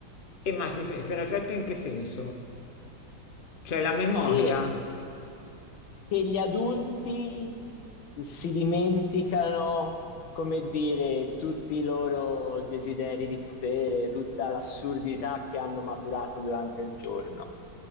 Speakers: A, on the left; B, on the left.
A: E ma si, si si resetta in che senso? Cioè la memoria?
B: Che che gli adulti si dimenticano, come dire, tutti i loro desideri di potere, tutta l'assurdità che hanno maturato durante il giorno,